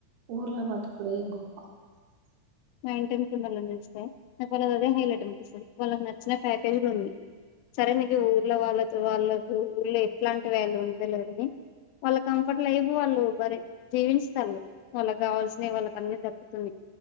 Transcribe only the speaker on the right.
ఊర్ల బతుకుడే గొప్ప